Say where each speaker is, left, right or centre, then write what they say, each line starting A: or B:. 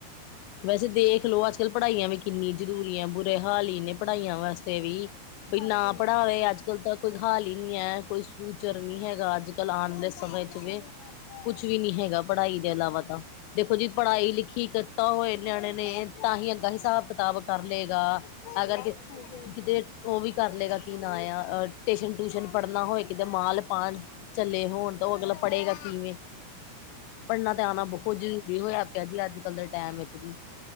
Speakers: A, on the left; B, on the left.
A: ਵੈਸੇ ਦੇਖ ਲਓ ਅੱਜ ਕੱਲ੍ਹ ਪੜ੍ਹਾਈਆਂ ਵੀ ਕਿੰਨੀ ਜ਼ਰੂਰੀ ਹੈ। ਬੁਰੇ ਹਾਲ ਹੀ ਨੇ ਪੜ੍ਹਾਈਆਂ ਵਾਸਤੇ ਵੀ। ਬਈ
B: ਹਾਂਜੀ
A: ਨਾ
B: ਹਾਂਜੀ
A: ਪੜ੍ਹਾਵੇ ਅੱਜ ਅੱਜ-ਕੱਲ ਤਾਂ ਕੋਈ ਹਾਲ ਹੀ ਨਹੀ ਹੈ। ਕੋਈ ਫਿਊਚਰ ਨਹੀ ਹੈਗਾ ਅੱਜ ਕੱਲ ਆਉਣ ਵਾਲੇ ਸਮੇਂ ਚ ਵੀ ਜਿਵੇ ਕੁਛ ਵੀ ਨੀ ਹੈਗਾ ਪੜ੍ਹਾਈ ਦੇ ਇਲਾਵਾ ਤਾਂ, ਦੇਖੋ ਜੀ ਪੜ੍ਹਾਈ
B: ਹਾਂਜੀ
A: ਲਿਖੀ
B: ਹਾਂਜੀ
A: ਤਾਂ ਹੋਏ ਨਿਆਣੇ ਨੇ, ਤਾਂ ਹੀ ਅੱਗਾ ਹਿਸਾਬ ਕਿਤਾਬ ਕਰ ਲਏਗਾ ਅਗਰ
B: ਹਾਂਜੀ
A: ਕਿਤੇ
B: ਹਾਂਜੀ
A: ਉਹ ਵੀ ਕਰ ਲਏਗਾ ਕੀ ਨਾ-ਆ-ਅ ਟਿਸ਼ਨ ਟੂਸ਼ਨ ਪੜ੍ਹਨਾ ਹੋਏ ਕਿਤੇ ਮਾਲ ਪਾਉਣ ਚੱਲੇ ਹੋਣ ਤਾਂ ਉਹ ਅਗਲਾ ਪੜ੍ਹੇਗਾ ਕਿਵੇਂ? ਪੜ੍ਹਨਾ ਤੇ ਆਉਣਾ ਬਹੁਤ ਜ਼ਰੂਰੀ ਹੋਇਆ ਪਿਆ ਜੀ। ਅੱਜ ਕੱਲ੍ਹ ਦੇ ਟਾਈਮ ਵਿੱਚ ਜੀ